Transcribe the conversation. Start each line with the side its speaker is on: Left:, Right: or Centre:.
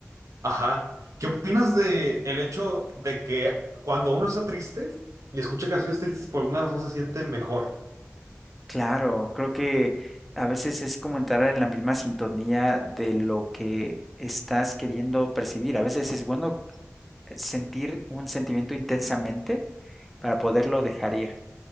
Right: Ajá. ¿Qué opinas de el hecho de que cuando uno está triste y escucha canciones tristes por alguna razón se siente mejor?
Centre: Claro, creo que a veces es como entrar en la misma sintonía de lo que estás queriendo percibir. A veces es bueno sentir un sentimiento intensamente para poderlo dejar ir,